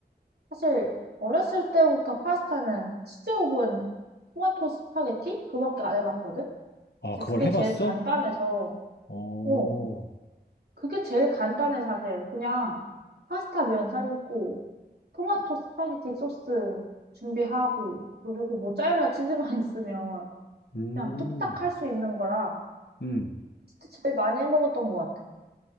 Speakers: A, on the right; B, on the left.
A: 사실 어렸을 때부터 파스타는 치즈 오븐 토마토 스파게티 그밖에 안 해봤거든.
B: 아,
A: 근데
B: 그걸
A: 그게
B: 해봤어?
A: 제일 간단해서
B: 어,
A: 어 그게 제일 간단해 사실. 그냥 파스타 면 삶고 토마토 스파게티 소스 준비하고 그리고 모짜렐라 치즈만 <laughs> 있으면
B: 음,
A: 그냥 뚝딱 할 수 있는 거라
B: 음.
A: 진짜 제일 많이 해먹었던 것 같아.